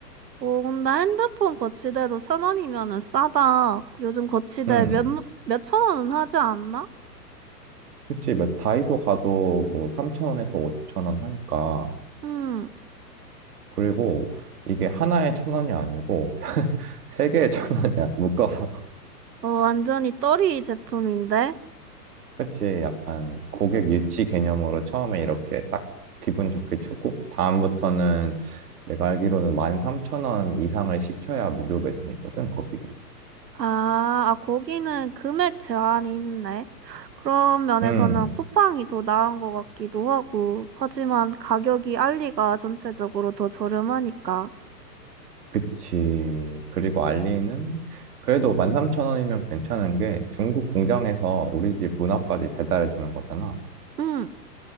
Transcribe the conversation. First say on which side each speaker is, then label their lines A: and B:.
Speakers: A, on the right (about 80°); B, on the right (about 65°).
A: 오, 근데 핸드폰 거치대도 천 원이면은 싸다. 요즘 거치대
B: 음.
A: 몇, 몇천 원은 하지 않나?
B: 그치. 몇 다이소 가도 뭐 3,000원에서 5,000원 하니까.
A: 응.
B: 그리고 이게 하나에 천 원이 아니고 <laughs> 세 개에 천 원이야 묶어서.
A: 어, 완전히 떨이 제품인데?
B: <laughs> 그치. 약간 고객 유치 개념으로 처음에 이렇게 딱 기분 좋게 주고 다음부터는 내가 알기로는 13,000원 이상을 시켜야 무료 배송이거든, 거기도.
A: 아, 아, 거기는 금액 제한이 있네. 그런 면에서는
B: 음.
A: 쿠팡이 더 나은 것 같기도 하고, 하지만 가격이 알리가 전체적으로 더 저렴하니까.
B: 그치. 그리고 알리는 그래도 13,000원이면 괜찮은 게 중국 공장에서 우리 집 문 앞까지 배달해 주는 거잖아.
A: 응,